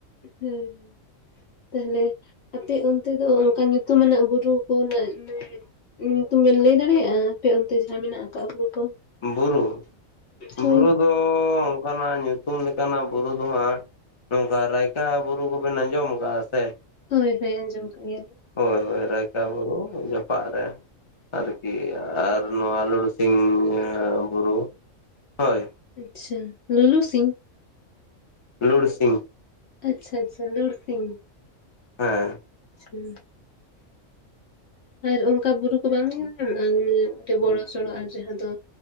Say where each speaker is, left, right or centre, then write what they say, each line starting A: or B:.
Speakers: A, on the left (about 60°); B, on the left (about 25°).
A: ᱦᱩᱸ ᱦᱩᱸ ᱛᱟᱦᱞᱮ ᱟᱯᱮ ᱚᱱᱛᱮ ᱫᱚ ᱚᱱᱠᱟ ᱧᱩᱛᱩᱢᱟᱱᱟᱜ ᱵᱩᱨᱩ ᱠᱚᱨᱮᱱᱟᱜ <unintelligible> ᱧᱩᱛᱩᱢ ᱵᱮᱱ ᱞᱟᱹᱭ ᱫᱟᱲᱮᱭᱟᱜᱼᱟ ᱟᱯᱮ ᱚᱱᱛᱮ ᱡᱟᱦᱟᱸ ᱢᱮᱱᱟᱜ ᱟᱠᱟᱜ ᱵᱩᱨᱩ ᱠᱚ
B: ᱵᱩᱨᱩ
A: ᱦᱳᱭ
B: ᱵᱩᱨᱩ ᱫᱚ ᱚᱱᱠᱟᱱᱟᱜ ᱧᱩᱛᱩᱢ ᱞᱮᱠᱟᱱᱟᱜ ᱵᱩᱨᱩ ᱫᱚ ᱦᱟᱸᱜ ᱱᱚᱝᱠᱟ ᱨᱟᱭᱠᱟ ᱵᱩᱨᱩ ᱠᱚᱵᱮᱱ ᱟᱸᱡᱚᱢ ᱟᱠᱟᱜ ᱥᱮ
A: ᱦᱳᱭ ᱦᱳᱭ ᱟᱸᱡᱚᱢ ᱠᱟᱜ ᱜᱮᱭᱟ ᱞᱤᱧ
B: ᱦᱳᱭ ᱦᱳᱭ ᱾ ᱨᱟᱭᱠᱟ ᱵᱩᱨᱩ ᱡᱚᱯᱟᱜ ᱨᱮ ᱾ <unintelligible> ᱟᱨᱠᱤ ᱟᱨ ᱱᱚᱣᱟ ᱟᱨ ᱯᱩᱨᱩ ᱥᱤᱝ ᱵᱩᱨᱩ ᱦᱳᱭ
A: ᱟᱪᱪᱷᱟ ᱞᱚᱞᱚ ᱥᱤᱧ
B: ᱞᱩᱲ ᱥᱤᱧ
A: ᱟᱪᱪᱷᱟ ᱟᱪᱪᱷᱟ ᱞᱩᱲ ᱥᱤᱧ
B: ᱦᱮᱸ
A: ᱦᱩᱸ <inaudible> ᱟᱨ ᱚᱱᱠᱟ ᱵᱩᱨᱩ ᱠᱚ ᱵᱟᱝ ᱧᱮᱞ ᱧᱟᱢᱚᱜᱼᱟ ᱢᱤᱫᱴᱮᱱ ᱵᱚᱲᱚ ᱥᱚᱲᱚ ᱟᱨ ᱡᱟᱦᱟᱸ ᱫᱚ